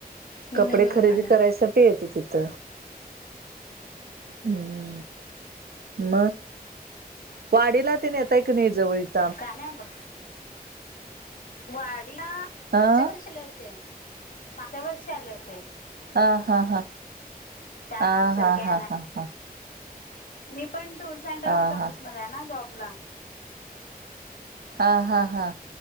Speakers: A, on the left (about 60°); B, on the right (about 80°).
A: हम्म
B: कपडे
A: हम्म हम्म
B: खरेदी
A: हम्म
B: करायसाठी ये तिथ त हम्म म वाडीला ते नेताय क नाय जवळीत
A: का नाय ब वाडीला मागच्या
B: अ
A: वर्षी ला होते मागच्या वर्षी आले होते.
B: हा हा हा
A: त्यानंतर
B: आ हा
A: काय
B: हा
A: नाही
B: हा
A: मी पण टूर्स अँड ट्रॅव्हल्स
B: हा
A: ऑफिसमध्ये
B: हा
A: आहे ना जॉब ला
B: हा हा हा